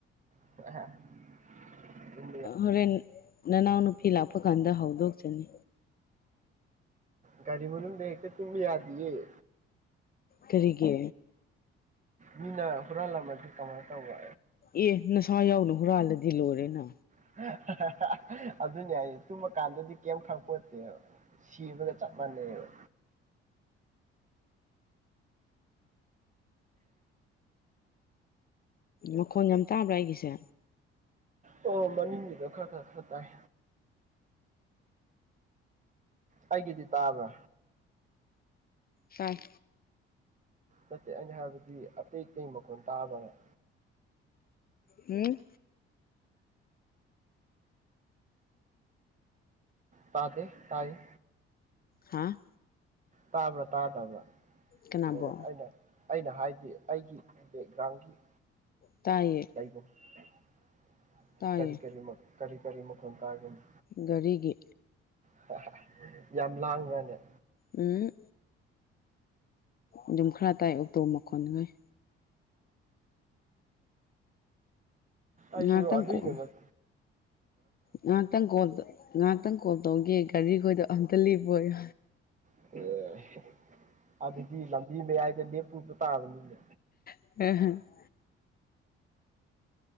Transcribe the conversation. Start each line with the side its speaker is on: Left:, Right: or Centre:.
Right: <unintelligible>
Left: ꯍꯣꯔꯦꯟ ꯅꯅꯥꯎ ꯅꯨꯄꯤ ꯂꯥꯛꯄ ꯀꯥꯟꯗ ꯍꯧꯗꯣꯛꯆꯅꯤ
Right: ꯒꯥꯔꯤ ꯃꯅꯨꯡꯗ ꯍꯦꯛꯇ ꯇꯨꯝꯕ ꯌꯥꯗꯦꯌꯦ
Left: ꯀꯔꯤꯒꯤ
Right: ꯃꯤꯅ ꯍꯨꯔꯥꯜꯂꯝꯃꯗꯤ ꯀꯃꯥꯏꯅ ꯇꯧꯕ
Left: ꯑꯦ ꯅꯁꯥ ꯌꯥꯎꯅ ꯍꯨꯔꯥꯜꯂꯗꯤ ꯂꯣꯏꯔꯦꯅ
Right: <unintelligible> ꯑꯗꯨꯅꯤ ꯍꯥꯏꯁ ꯇꯨꯝꯃꯀꯥꯟꯗꯗꯤ ꯀꯔꯤꯝ ꯈꯪꯄꯣꯠꯇꯦꯕ ꯁꯤꯕꯒ ꯆꯞ ꯃꯥꯟꯅꯩꯕ
Left: ꯃꯈꯣꯟ ꯌꯥꯝ ꯇꯥꯕ꯭ꯔ ꯑꯩꯒꯤꯁꯦ
Right: ꯑꯣ ꯃꯅꯤꯡꯒꯤꯗ ꯈꯔ ꯈꯔ ꯈꯔ ꯇꯥꯏ ꯑꯩꯒꯤꯗꯤ ꯇꯥꯕ꯭ꯔ
Left: ꯇꯥꯏ
Right: ꯅꯠꯇꯦ ꯑꯩꯅ ꯍꯥꯏꯕꯗꯤ ꯑꯇꯩ ꯑꯇꯩ ꯃꯈꯣꯟ ꯇꯥꯕ‍꯭ꯔ ꯍꯪꯕ
Left: ꯍꯝ
Right: ꯇꯥꯗꯦ ꯇꯥꯏ
Left: ꯍꯥ
Right: ꯇꯥꯕ꯭ꯔꯥ ꯇꯥꯗꯕ꯭ꯔꯥ <unintelligible>
Left: ꯀꯅꯥꯕꯣ
Right: ꯑꯩꯅ ꯑꯩꯅ ꯍꯥꯏꯗꯤ ꯑꯩꯒꯤ ꯕꯦꯛꯒ꯭ꯔꯥꯎꯟꯒꯤ
Left: ꯇꯥꯏꯌꯦ
Right: <unintelligible>
Left: ꯇꯥꯏꯌꯦ
Right: ꯀꯔꯤ ꯀꯔꯤ ꯃ ꯀꯔꯤ ꯀꯔꯤ ꯃꯈꯣꯟ ꯇꯥꯒꯦꯅꯦ
Left: ꯒꯔꯤꯒꯤ
Right: <unintelligible> ꯌꯥꯝ ꯂꯥꯡꯕ꯭ꯔꯅꯦ
Left: ꯎꯝ ꯑꯗꯨꯝ ꯈꯔ ꯇꯥꯏ ꯑꯣꯇꯣ ꯃꯈꯣꯟꯉꯩ
Right: ꯑꯁ
Left: ꯉꯥꯏꯍꯥꯛꯇꯪ
Right: ꯑꯗꯨꯏ
Left: ꯀꯣꯛ
Right: ꯗꯃꯛ
Left: ꯉꯥꯏꯍꯥꯛꯇꯪ ꯀꫭꯜ ꯉꯥꯏꯍꯥꯛꯇꯪ ꯀꯣꯜ ꯇꯧꯒꯦ ꯒꯥꯔꯤꯈꯣꯏꯗꫭ ꯑꯝꯇ ꯂꯦꯞꯄꫭꯌꯨ
Right: <unintelligible> ꯑꯗꯒꯤ ꯂꯝꯕꯤ ꯃꯌꯥꯏꯗ ꯂꯦꯞꯄꯨꯕ ꯇꯥꯕꯅꯤꯅꯦ
Left: <unintelligible>